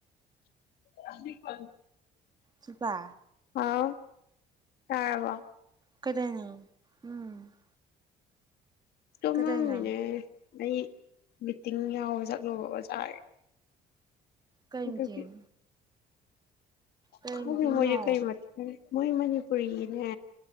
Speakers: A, on the left (about 70°); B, on the right (about 25°).
A: <inaudible>
B: ꯁꯤꯜꯄꯥ
A: ꯑꯥꯎ ꯆꯥꯔꯕꯣ
B: ꯀꯩꯗꯧꯔꯤꯅꯣ ꯎꯝ
A: ꯇꯨꯝꯃꯝ
B: ꯀꯩꯗꯧꯅꯣ
A: ꯃꯤꯅꯦ ꯑꯩ ꯃꯤꯇꯤꯡ ꯌꯥꯎꯕ ꯆꯠꯂꯨꯕ ꯑꯣꯖꯥꯒꯤ
B: ꯀꯩ
A: ꯑꯗꯨꯒꯤ
B: ꯃꯤꯇꯤꯡ ꯀꯩ
A: ꯈꯪꯗꯦ
B: ꯃꯤꯇꯤꯡꯅꯣ
A: ꯃꯣꯏꯁꯦ ꯀꯔꯤ ꯃꯤꯇꯤꯡꯅꯣ ꯃꯣꯏ ꯃꯅꯤꯄꯨꯔꯤꯅꯦ